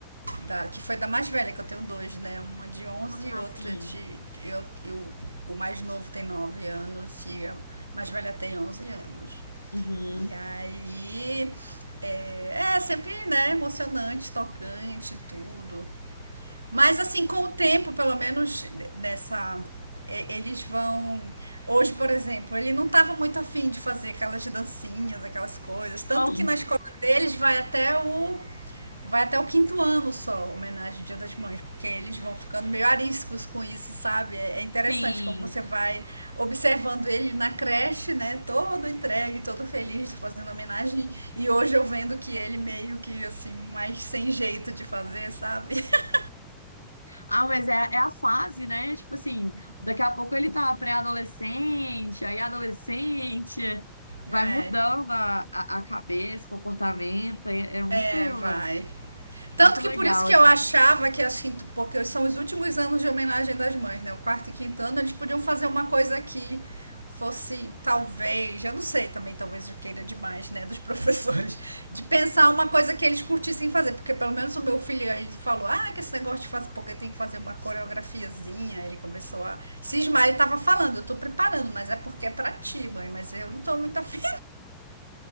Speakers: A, on the right; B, on the left.
A: Da, que foi da mais velha, que eu tenho dois, né? Uma de onze
B: Ah,
A: e outra
B: sim.
A: de. Eu, e o- o mais novo tem 9 anos e a mais velha tem 11 anos.
B: Uhum.
A: E aí. É, é sempre, né? Emocionante, tocante, tudo. Mas assim, com o tempo, pelo menos nessa. Eles vão. Hoje, por exemplo, ele não estava muito afim de fazer aquelas dancinhas, aquelas coisas. Tanto
B: Oh,
A: que na escola deles vai até o. Vai até o quinto ano só, homenagem ao Dia das Mães, porque eles vão ficando meio ariscos com isso, sabe? É é interessante
B: sim.
A: como você vai observando ele na creche, né? Todo entregue, todo feliz, fazendo homenagem. E hoje eu vendo que ele meio que, assim, mais sem jeito de fazer, sabe? <laughs>
B: Ah, mas é, é a fase, né? Tipo assim, daqui a pouco ele tá pré-adolescente, aí adolescente, vai
A: É,
B: mudando a, a, a cabeça, comportamento, é, é muito,
A: É, vai. Tanto
B: muito legal,
A: que por isso que
B: assim.
A: eu achava que as quinto, porque são os últimos anos de homenagem das mães, né? O quarto e quinto ano, eles podiam fazer uma coisa que fosse, talvez, eu não sei também, talvez eu queira demais, né, dos <laughs> professores, de pensar uma coisa que eles curtissem fazer, porque pelo menos o meu filho, ele falou, ah, que esse negócio de fazer, porque tem que fazer uma coreografiazinha, ele começou a cismar, ele tava falando, eu tô preparando, mas é porque é pra ti, mãe, mas eu não tô muito afim